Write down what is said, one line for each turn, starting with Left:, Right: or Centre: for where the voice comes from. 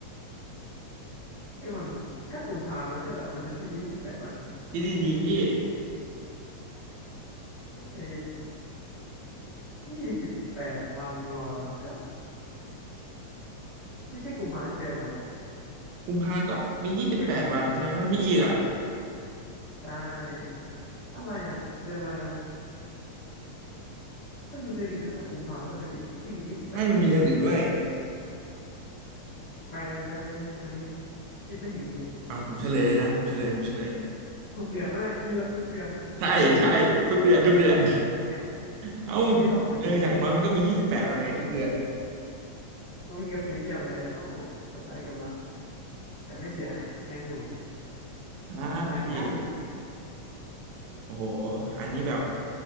Left: เอ้ยมันก็กุมภาไม่ใช่เหรอเป็นเดือนที่มียี่สิบแปดวัน
Right: คิดดีๆพี่
Left: เอยี่สิบแปดวันเหรอก็ไม่ใช่กุมภาจะเดือนอะไรอะ
Right: กุมภาก็มียี่สิบแปดวันใช่ไหมมันมีอีกอ่ะ
Left: เพียกุมภาได้อะไรอะเดือนอะไรอะมันมีเดือนอื่นนอกจากกุมภาด้วยเหรอที่มีที่มียี่สิบแปดวัน
Right: ให้มันมีเดือนอื่นด้วย
Left: ไปเลยไปไปนิดนึงอันนี้คิดไม่ถึงจริง
Right: อ่าผมเฉลยเลยนะผมเฉลยผมเฉลย
Left: ๆทุกเดือนไม่พี่รู้ละทุกเดือนทุกเดือนมียี่สิบแปดวัน
Right: ใช่ใช่ทุกเดือนทุกเดือน
Left: นี่ไง
Right: เอ้า
Left: เพิ่งคิดออกเมื่อกี้เลย
Right: เอออย่างน้อยมันก็มียี่สิบแปดวันในทุกเดือน
Left: เมื่อกี้กับสี่เหลี่ยมแล้วเกือบละเกือบละแต่ไม่เสียนะยังอยู่
Right: อ่าพี่
Left: ยังได้อยู่
Right: โอ้โหอันนี้แบบ